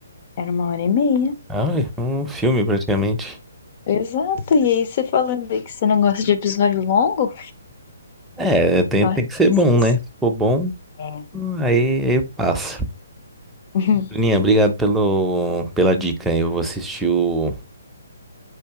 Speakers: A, on the left; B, in the centre.
A: Era uma hora e meia.
B: Ah, um filme praticamente.
A: Exato. E aí você falando aí que você não gosta de episódio longo?
B: É, tem,
A: Eu
B: tem
A: acho
B: que ser
A: que
B: bom,
A: é isso.
B: né? Se for bom,
A: É.
B: aí, aí passa.
A: <laughs>
B: Bruninha, obrigado pelo, pela dica. Eu vou assistir o,